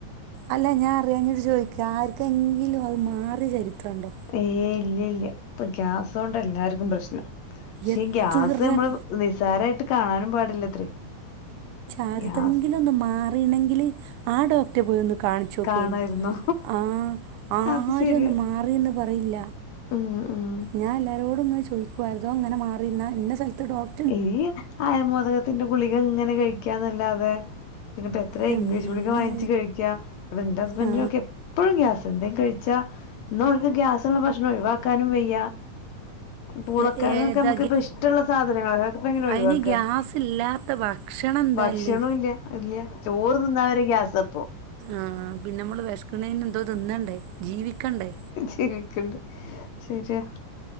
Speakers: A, on the right (about 85°); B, on the left (about 70°).
A: അല്ല ഞാൻ അറിയാഞ്ഞിട്ട് ചോഴിക്ക ആർക്കെങ്കിലും അത് മാറിയ ചരിത്രം ഇണ്ടോ
B: ഏ ഇല്ല്യ ഇല്ല്യ ഇപ്പൊ ഗ്യാസോണ്ട എല്ലാര്ക്കും പ്രശ്നം പക്ഷെ
A: എത്ര
B: ഈ ഗ്യാസ് നമ്മള് നിസാരായിട്ട് കാണാനും പാടില്ലത്രേ
A: ആര്തെങ്കിലും
B: ഗ്യാസ്
A: ഒന്ന് മാറീണെങ്കില് ആ ഡോക്ടറ്റെ പോയി ഒന്ന് കാൺച്ചോക്കേനും
B: കാണായിരുന്നു.
A: ആ ആരൊന്ന്
B: അത് ശരിയാ.
A: മാ മാറീയന്ന് പറയില്ല
B: ഉം ഉം
A: ഞാൻ എല്ലാരോടുംങ് ചോദിക്കുവായിരുന്നു തൊ അങ്ങനെ മാറിന്ന ഇനസ്ഥലത്ത് ഡോക്
B: ഈ ആയമോദകത്തിന്റെ ഗുളിക ഇങ്ങനെ കഴിക്കാന്നല്ലാതെ പിന്നപ്പൊ എത്ര
A: ഇൻ്റമ്മേ
B: ഇംഗ്ലീഷ് ഗുളിക വാങ്ങിച്ച് കഴിക്ക ഇവിടെ എന്റെ ഹസ്ബൻഡിനൊക്കെ
A: ആ
B: എപ്പോഴും ഗ്യാസ എന്തേ കഴിച്ചാ ഇന്ന് അവർക്ക് ഗ്യാസള്ള ഭക്ഷണം ഒഴിവാക്കാനും വയ്യ പൂളക്കിഴങ്ങ്ക്കെ
A: എ ഏതാ
B: നമുക്ക്പ്പ
A: ഗ്യ
B: ഇഷ്ടുള്ള സാധനങ്ങളല്ലെ ഇപ്പ എങ്ങനെ ഒഴിവാക്ക
A: അതിന് ഗ്യാസ് ഇല്ലാത്ത ഭക്ഷണം എന്താല്ലേ
B: ഭക്ഷണ ഇല്ല ഇല്ല ചോറ് തിന്നവരെ ഗ്യാസപ്പോ
A: ആഹ് പിന്നെ നമ്മള് വിഷ്ക്ക്ണന് എന്തോ തിന്നണ്ടേ ജീവിക്കണ്ടേ
B: ജീവിക്കണ്ട് ശരിയാ